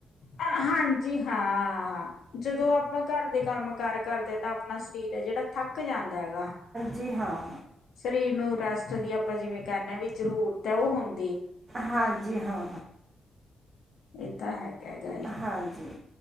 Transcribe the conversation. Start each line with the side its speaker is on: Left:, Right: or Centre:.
Left: ਹਾਂਜੀ ਹਾਂ ਜਦੋਂ ਆਪਾਂ ਘਰ ਕੰਮ ਕਰ ਕਰਦੇ ਤਾਂ ਆਪਣਾ ਸਰੀਰ ਹੈ ਜਿਹੜਾ ਥੱਕ ਜਾਂਦਾ ਹੈਗਾ।
Right: ਜੀ ਹਾਂ।
Left: ਸਰੀਰ ਨੂੰ ਰੈਸਟ ਦੀ ਆਪਾਂ ਜਿਵੇਂ ਕਹਿਨੇ ਵੀ ਜ਼ਰੂਰਤ ਹੈ ਉਹ ਹੁੰ
Right: ਹਾਂਜੀ ਹਾ।
Left: ਇਹ ਤਾਂ ਹੈਗਾ ਦਾ ਈ
Right: ਹਾਂਜੀ